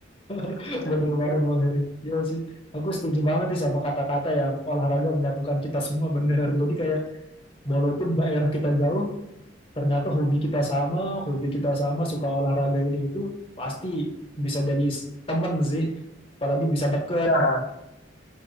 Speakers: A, on the left; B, on the left.
A: <laughs>
B: dan
A: bener banget
B: ya
A: Bang Heri. Iya sih, aku setuju banget sih sama kata-kata yang olahraga menyatukan kita semua bener. Jadi kayak walaupun daerah kita jauh, ternyata hobi kita sama, hobi kita sama, suka olahraga ini itu pasti bisa jadi s- temen sih, apalagi bisa deket
B: ya
A: gitu.